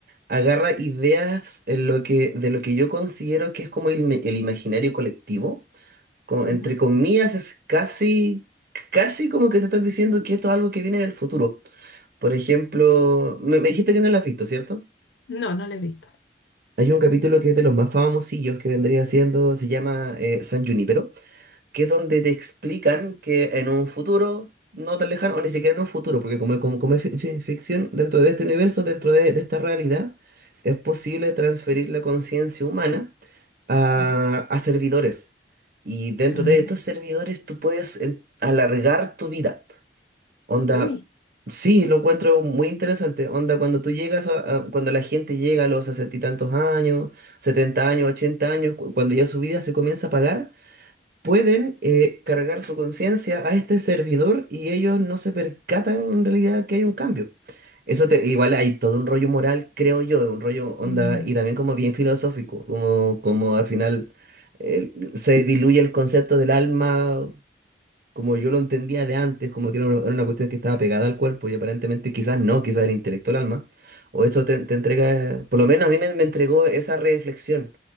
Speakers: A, on the right; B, on the left.
A: agarra ideas en lo que, de lo que yo considero que es como el, me- el imaginario colectivo. Como,
B: ujú.
A: entre comillas, es casi, casi como que te están diciendo que esto es algo que viene en el futuro. Por ejemplo, me, me dijiste que no la has visto, ¿cierto?
B: No, no la he visto.
A: Hay un capítulo que es de los más famosillos que vendría siendo, se llama eh, San Junípero que es donde te explican que en un futuro no tan lejano, o ni siquiera en un futuro, porque como, como, como es fi- fi- ficción, dentro de este universo, dentro de, de esta realidad, es posible transferir la conciencia humana a,
B: Ajá.
A: a servidores. Y dentro
B: Ah,
A: de estos servidores tú puedes en- alargar tu vida. Onda,
B: uy.
A: sí, lo encuentro muy interesante. Onda, cuando tú llegas a, a- cuando la gente llega a los sesenta y tantos años, 70 años, 80 años, cu- cuando ya su vida se comienza a pagar pueden eh, cargar su conciencia a este servidor y ellos no se percatan en realidad que hay un cambio. Eso te- igual hay todo un rollo moral, creo yo, un rollo onda
B: Mm,
A: y también como bien filosófico, como, como al final eh, se diluye el concepto del alma como yo lo entendía de antes, como que era una era una cuestión que estaba pegada al cuerpo y aparentemente quizás no, quizás el intelecto al alma, o eso te, te entrega, por lo menos a mí me, me entregó esa reflexión.